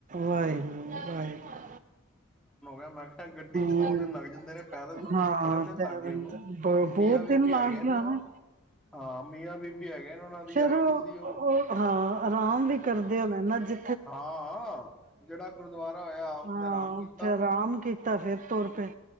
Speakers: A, on the right; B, in the centre.
A: ਵਾਹਿਗੁਰੂ ਵਾਹਿਗੁਰੂ
B: ਆਪ ਗੱਡੀ ਚ
A: ਹਮ,
B: ਦੋ ਦਿਨ ਲੱਗ ਜਾਂਦੇ ਨੇ ਪੈਦਲ ਨੂੰ
A: ਹਾਂ
B: ਬੜੇ ਦਿਨ
A: ਤੇ
B: ਲੱਗ ਗਏ ਉਹਨੂੰ
A: ਬਹੁਤ
B: ਮੀਆਂ ਬੀਬੀ
A: ਦਿਨ ਲੱਗ
B: ਹੈਗੇ
A: ਗਿਆ
B: ਨੇ ਉਹ
A: ਨਾ
B: ਹਾਂ ਮੀਆਂ ਬੀਬੀ ਹੈਗੇ ਨੇ ਦੀ
A: ਫਰ
B: ਆਈ
A: ਉਹ
B: ਦੀ ਸੀ
A: ਹਾਂ ਹਾਂ ਆਰਾਮ ਵੀ ਕਰਦੇ
B: ਹਾਂ
A: ਹੋਣਾਨਾ ਜ
B: ਹਾਂ ਜਿਹੜਾ ਗੁਰਦੁਆਰਾ ਹੋਇਆ ਉੱਥੇ
A: ਹਾਂ
B: ਆਰਾਮ ਕੀਤਾ
A: ਉੱਥੇ ਆਰਾਮ ਕੀਤਾ ਫੇਿਰ ਤੁਰੁਪਏ